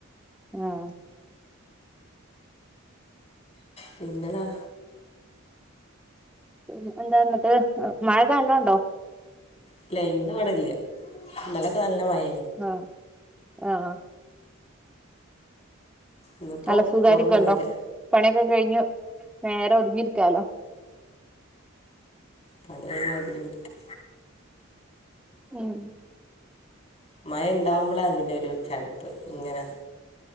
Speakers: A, in the centre; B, on the left.
A: ആഹ്.
B: പിന്നെതാ
A: <unintelligible> എന്താന്നിട്ട് മഴക്കെ നല്ലോണ്ടോ?
B: ഇല്ല ഇന്ന് ഇവിടെല്ല്യ ഇന്നലക്കെ നല്ല മഴേ
A: ആഹ് ആ
B: ഇന്നിപ്പോ
A: നല്ല സുഖായിരിക്കൊല്ലോ
B: കുറവുണ്ടായില്ല
A: പണിയൊക്കെ കയ്ഞ്ഞ് നേരെ ഒതുങ്ങിരിക്കാലോ
B: പണ്യയ്ഞ്ഞാ ഒതുങ്ങിരിക്കാ
A: ഉം
B: മയ ഉണ്ടാവുമ്പളാ പിന്നെ ഒരു ചടുപ്പ് ഇങ്ങനെ